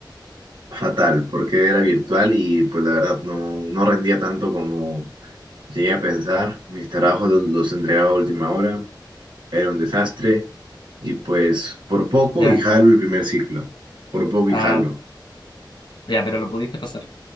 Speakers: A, on the right; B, on the left.
A: Fatal, porque era virtual y pues la verdad no, no rendía tanto como llegué a pensar. Mis trabajos los, los entregaba a última hora. era un desastre y pues por poco
B: Ya,
A: y jalo el primer ciclo, por poco
B: ah,
A: y jalo.
B: ya, pero lo pudiste pasar,